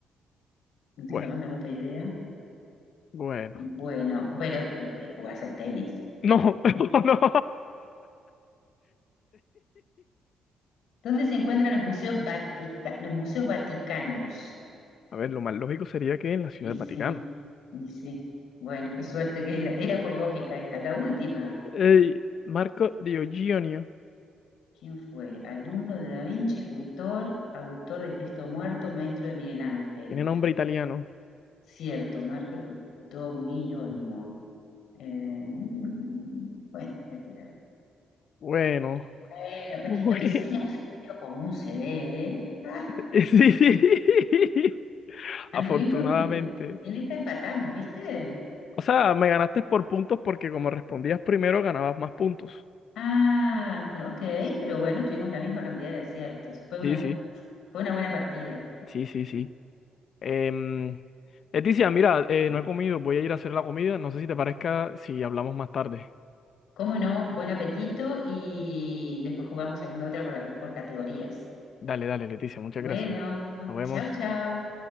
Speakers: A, on the left (about 75°); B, on the left (about 55°).
A: No tengo
B: Bueno,
A: la más remota idea.
B: bueno.
A: Bueno, bueno, eh, jugás al tenis.
B: No, <laughs> no.
A: ¿Dónde se encuentran los museos Vatica- los museos vaticanos?
B: A ver, lo más lógico sería que en la Ciudad
A: Dice,
B: del Vaticano.
A: Y sí, bueno, qué suerte que era. Era por lógica esta. La última,
B: Ey, Marco Diogenio,
A: ¿quién fue? Alumno de Da Vinci, escultor, autor del Cristo Muerto, maestro de Miguel Ángel.
B: tiene nombre italiano.
A: Cierto, Marco Doguillono. Eh, <laughs> bueno, voy a tirar.
B: Bueno,
A: Bueno, ve-
B: bueno.
A: lo que sí tenemos es sentido común, se ve, ¿eh? <laughs>
B: <laughs> Sí. sí Afortunadamente.
A: Anduvimos bien. Y en esta empatamos, ¿viste?
B: O sea, me ganaste por puntos porque como respondías primero, ganabas más puntos.
A: Ah, ok, pero bueno, tuvimos la misma cantidad de aciertos. Fue una,
B: Sí, sí,
A: fue una buena partida.
B: sí, sí, sí. Em, Leticia, mira, eh, no he comido, voy a ir a hacer la comida. No sé si te parezca si hablamos más tarde.
A: Cómo no, buen apetito y después jugamos alguna otra por, por categorías.
B: Dale, dale, Leticia, muchas
A: Bueno,
B: gracias. Nos vemos.
A: chau, chau.